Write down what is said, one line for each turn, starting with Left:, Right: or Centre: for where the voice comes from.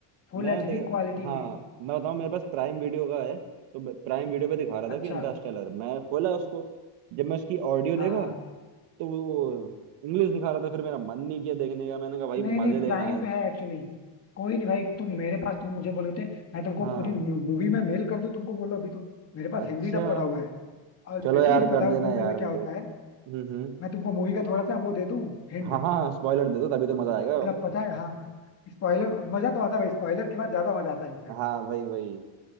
Left: फुल
Right: मैं
Left: एचडी
Right: देख
Left: क्वालिटी
Right: हाँ
Left: में
Right: मैं बताऊँ मेरे पास प्राइम वीडियो का है तो प्राइम वीडियो पे दिखा रहा था
Left: अच्छा
Right: कि इंटरस्टेलर मैं खोला उसको जब मैं उसकी ऑडियो देखा
Left: हाँ हाँ
Right: तो वो इंग्लिश दिखा रहा था फिर मेरा मन नहीं किया देखने का मैंने कहा भाई
Left: नहीं
Right: मजे
Left: नहीं
Right: लेना
Left: प्राइम
Right: है
Left: पे है एक्चुअली कोई नहीं भाई तुम मेरे पास तुम मुझे बोले थे मैं तुमको
Right: हाँ
Left: पूरी मूवी में मेल कर दूं तुमको बोलो अभी तो मेरे पास
Right: अच्छा
Left: हिंदी डब पड़ा हुआ है और
Right: चलो
Left: लिटरली
Right: यार कर
Left: पता
Right: देना
Left: है उस मूवी
Right: यार
Left: में क्या
Right: मुझे
Left: होता है
Right: हम्म हम्म
Left: मैं तुमको मूवी का थोड़ा सा वो दे दूं हिंट
Right: हाँ हाँ स्पॉइलर दे दो तभी तो मजा
Left: मतलब
Right: आएगा
Left: पता है हाँ स्पॉइलर मजा तो आता है स्पॉइलर के बाद ज्यादा मजा आता है इनफैक्ट
Right: हाँ वही वही